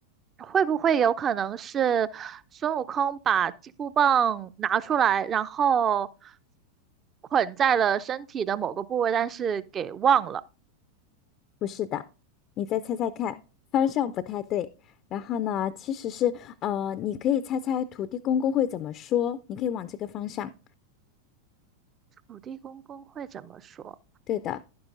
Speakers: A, on the right (about 25°); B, on the left (about 35°).
A: 会不会有可能是孙悟空把金箍棒拿出来，然后捆在了身体的某个部位，但是给忘了？
B: 不是的，你再猜猜看，方向不太对。然后呢，其实是呃，你可以猜猜土地公公会怎么说，你可以往这个方向。
A: 土地公公会怎么说？
B: 对的，